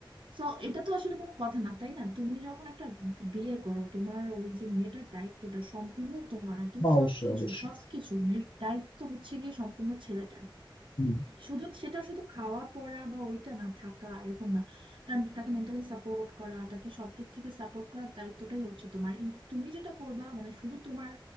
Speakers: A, on the right; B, on the left.
A: তো এটা তো আসলে কোনো কথা না তাই না তুমি যখন একটা বিয়ে করো তোমার ওই যে মেয়েটার দায়িত্বটা সম্পূর্ণ তোমার একদম
B: অবশ্যই
A: সবকিছু
B: অবশ্যই
A: সবকিছু মেয়ের দায়িত্ব হচ্ছে গিয়ে সম্পূর্ণ ছেলেটার
B: হুম।
A: শুধু সেটা শুধু খাওয়া পড়া বা ওইটা না থাকা এরকম না তার- তাকে মেন্টালি সাপোর্ট করা তাকে সব দিক থেকে সাপোর্ট করার দায়িত্বটাই হচ্ছে তোমার ইন- তুমি যেটা করবা মানে শুধু তোমার